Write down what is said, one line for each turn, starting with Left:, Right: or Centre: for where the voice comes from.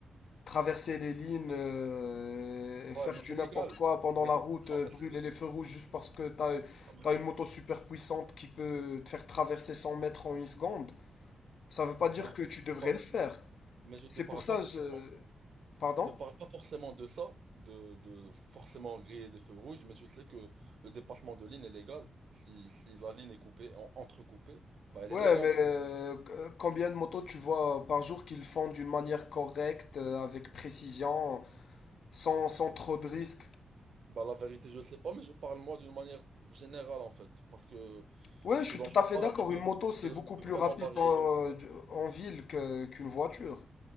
Left: Traverser les lignes euh, et
Right: Ouais,
Left: faire
Right: mais
Left: du
Right: c'est légal.
Left: n'importe quoi pendant
Right: Mais
Left: la route,
Right: non,
Left: euh,
Right: mais
Left: brûler
Right: c'est lé-
Left: les feux rouges juste parce que t'as,
Right: non, mais-
Left: t'as une moto super puissante qui peut te faire traverser 100 mètres en une seconde, ça veut pas
Right: bah,
Left: dire
Right: écoute,
Left: que tu devrais
Right: je te par-
Left: le faire.
Right: mais je
Left: C'est
Right: te parle
Left: pour ça,
Right: pas forcément.
Left: je... Pardon?
Right: Je te parle pas forcément de ça, de, de forcément griller des feux rouges, mais je sais que le dépassement de ligne est légal. Si, si la ligne est coupée, en- entrecoupée, bah elle
Left: Ouais,
Right: est légale
Left: mais
Right: du
Left: euh,
Right: coup.
Left: c- euh, combien de motos tu vois par jour qu'ils font d'une manière correcte, euh, avec précision? sans, sans trop de risques.
Right: Bah, la vérité, je ne sais pas, mais je parle moi d'une manière générale en fait, parce que
Left: Ouais,
Right: ce
Left: je suis
Right: dont
Left: tout
Right: tu
Left: à fait
Right: parles
Left: d'accord.
Right: peut,
Left: Une moto, c'est
Right: peut-
Left: beaucoup
Right: peut
Left: plus
Right: vraiment
Left: rapide
Right: varier.
Left: en,
Right: tu vois.
Left: en ville que- qu'une voiture.